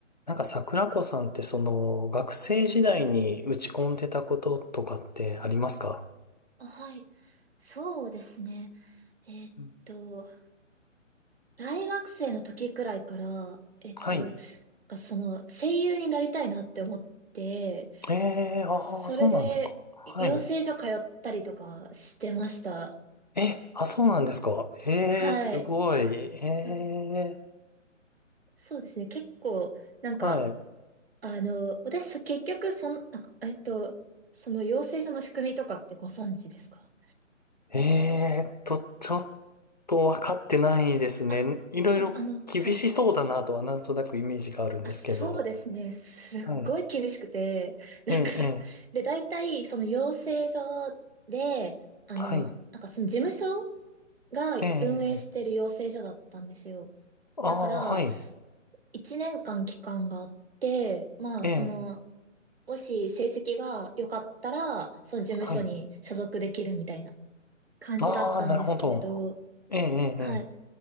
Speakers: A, on the left; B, on the right.
A: なんか桜子さんってその学生時代に打ち込んでたこととかってありますか
B: あはい。そうですね。えーっと、
A: うん
B: 大学生の時くらいから、えーっと、
A: はい。
B: がその声優になりたいなって思って、
A: ええーああー、
B: それで養成所通ったりとかしてました。
A: そうなんですか。はい。え、あ、そうなんですか。ええーすごい。
B: はい。
A: え
B: う
A: え
B: そうですね。結構、なんか、
A: ーはい。
B: あの、私、そ結局、そん、あ、えーっと、その養成所の仕組みとかってご存知ですか
A: ええーと、ちょっとわかってないですね。
B: あ、
A: いろいろ厳しそうだなとはなんとなくイメージがあるんですけど。
B: そうね。あの、はい。あ、そうですね。すっごい厳しくて、
A: はい。
B: なんか
A: ええええ
B: <laughs> で、大体、その養成所で、あの、
A: はい。
B: なんかその事務所が運営してる養成所だったんですよ。
A: ええええああー、
B: だから、
A: はい。
B: 1年間期間があって、まあ、
A: ええ
B: その、もし成績が良かったら、その事務所に所属できるみたいな
A: はい。
B: 感じだったんですけれど、
A: ああ、なるほど。ええ、ええ、
B: はい。
A: え